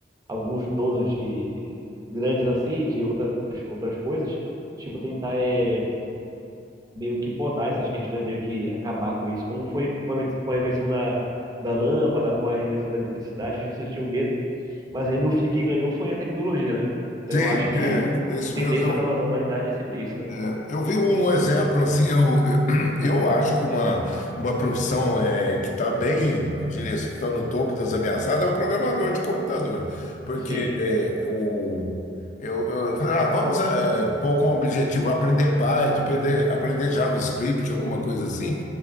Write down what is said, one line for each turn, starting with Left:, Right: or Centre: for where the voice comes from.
Right: alguns donos de grandes assim, de outras, outras coisas, tipo tentar é, meio que podar essas questões, meio que acabar com isso. Como foi com a com a invenção da, da lâmpada, com a invenção da eletricidade, que as pessoas tinham medo, mas aí no fim que ganhou foi a tecnologia, né? Então
Left: Sim,
Right: eu acho que
Left: é, isso
Right: a tendência
Left: mesmo.
Right: da, da humanidade é sempre isso, né?
Left: É, Eu vi um exemplo assim, eu, eu, <clears throat> eu acho que uma, uma profissão é, que está bem, eu diria assim, que está no topo das ameaçadas é o programador de computador, porque
Right: Sim,
Left: é, o, eu, eu falei, ah, vamos é, pôr como objetivo aprender Python, aprender, aprender JavaScript, alguma coisa assim.